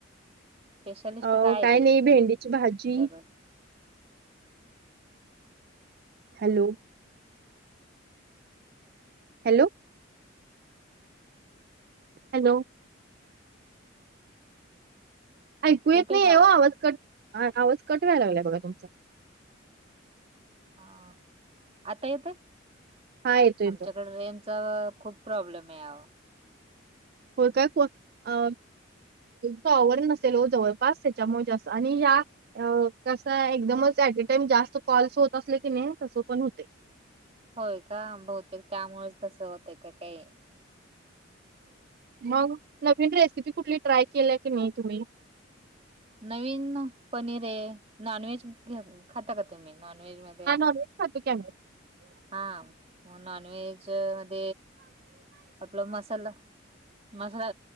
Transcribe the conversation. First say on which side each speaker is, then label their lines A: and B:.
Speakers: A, on the right; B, on the right.
A: स्पेशालिस्ट
B: अ
A: आहे
B: काय नाही भेंडीची भाजी
A: तुमच्याकडे?
B: हॅलो हॅलो हॅलो ऐकू येत
A: येतोय
B: नाही
A: का
B: येव आवाज कट आवाज कटवायला लागलाय बघा तुमचा
A: ह आता येतय
B: हा येतो येतो.
A: आमच्याकडे रेम खूप प्रॉब्लेम आहे
B: हो काय अ तोवर नसेल जवळपास त्याच्यामुळे जास् आणि या अ तसा एकदमच ऍट अ टाइम जास्त कॉल्स होत असले की नाही तसं पण होते
A: होय का बहुतेक त्यामुळेच तसं होत का काही
B: मग नवीन रेसिपी कुठली ट्राय केल्या की नाही तुम्ही
A: नवीन पनीर आहे नॉनव्हेज घ खाता का तुम्ही नॉनव्हेज मध्ये
B: खात कम
A: हा नॉन व्हेज म आपलं मसाला मसाला